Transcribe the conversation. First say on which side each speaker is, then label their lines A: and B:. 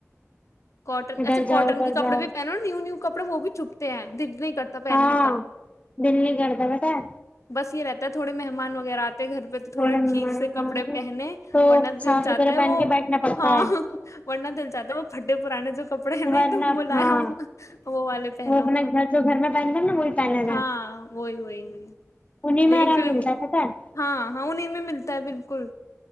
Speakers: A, on the left; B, on the left.
A: کوٹن
B: ادھر
A: ایسے کاٹن
B: جاؤ ادھر
A: کے کپڑے
B: جاؤ
A: بھی پہنو نا نیو نیو کپڑے وہ بھی چھپتے ہیں دد نہیں کرتے پہننے
B: ہاں
A: کا
B: دل نہیں کرتا پتا ہے
A: بس یہ رہتا ہے تھوڑے مہمان وغیرہ گھر پہ
B: تھوڑا
A: تو تھوڑے
B: مہمان
A: ٹھیک سے
B: ومان
A: کپڑے
B: آ گئے
A: پہنے
B: تو
A: ورنہ دل
B: صاف
A: چاہتا
B: ستھرے
A: ہے
B: پہن
A: وہ
B: کے بیٹھنا پڑتا
A: ہاں
B: ہے
A: ورنہ دل چاہتا ہے وہ جو کپڑے ہیں نا
B: ورنہ
A: ایک دم ملائم
B: ہاں
A: وہ والے پہنو
B: اپنا گھر جو گھر میں پہنتے ہیں نا وہی پہنے تھے
A: ہاں وہی وہی
B: انہیں
A: لیکن
B: میں آرام
A: پھر
B: ملتا ہے پتا ہے
A: ہاں ہاں انہیں میں ملتا ہے بالکل